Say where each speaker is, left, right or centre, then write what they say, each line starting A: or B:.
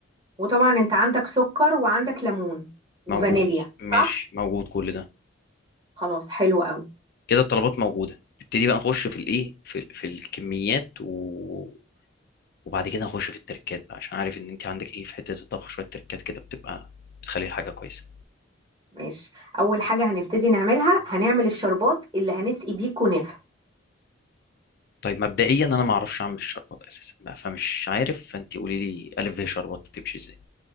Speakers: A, on the right; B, on the left.
A: وطبعا انت عندك سكر وعندك ليمون وفانيليا
B: موجود ماشي
A: صح
B: موجود كل ده
A: خلاص حلو قوي
B: كده الطلبات موجوده نبتدي بقى نخش في الايه في ال- في الكميات و... وبعد كده نخش في التركات بقى عشان عارف ان انت عندك ايه في حته الطبخ شويه تركات كده بتبقى بتخلي الحاجه كويسه
A: ماشي اول حاجة هنبتدي نعملها هنعمل الشربات اللي هنسقي بيه كنافة
B: طيب مبدئيا انا ما اعرفش اعمل الشربات اساسا بقى فمش عارف فانت قولي لي الف ب شربات بتمشي ازاي